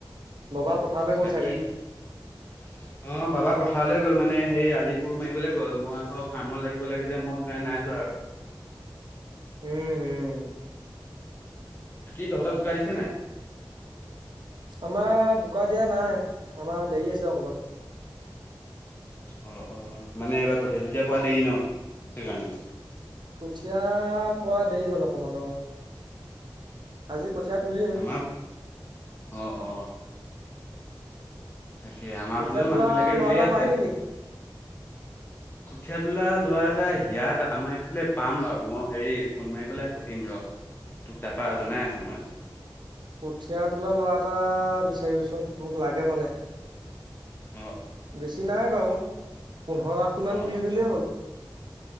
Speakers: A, on the right; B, on the left.
A: ববা পথাৰলৈ গ'ল
B: বাকী
A: চাগে
B: অ বাবা। পথাৰলৈ গ'ল মানে সেই আলি কোৰ মাৰিবলৈ গ'ল মই আকৌ ফাৰ্মত লাগিব লাগে যে মই সেইকাৰণে নাই যোৱা আৰু। <unintelligible>
A: উম উম
B: কি তহঁত বোকা দিছে নাই?
A: আমাৰ বোকা দিয়া নাই আমাৰ দেৰি আছে অকমান।
B: অ অ মানে এইবাৰ কঠীয়া চঠীয়া পোৱা দেৰি ন সেইকাৰণে।
A: কঠীয়া পোৱা দেৰি হ'ল অকমান অহ। আজি কঠিয়া তুলিম।
B: আমাৰ অ অ তাকে আমাৰ
A: কঠীয়া
B: ফালেও মানুহ
A: তোলা
B: বিলাকে ৰুই
A: ল'ৰা এটা
B: আছে।
A: পাই নেকি
B: কঠীয়া তোলা ল'ৰা এটা ইয়াত আমাৰ এইফালে পাম বাৰু মই হেৰি ফোন মাৰি পেলাই সুধিম ৰহ। তোক তাৰপা জনাই আছোঁ মই।
A: কঠিয়া তোলা ল'ৰা এটা বিচাৰিবিচোন মোক লাগে মানে।
B: অহ।
A: বেছি নাই বাৰু পোন্ধৰ আশী মান
B: অ
A: তুলি দিলেই হ'ল।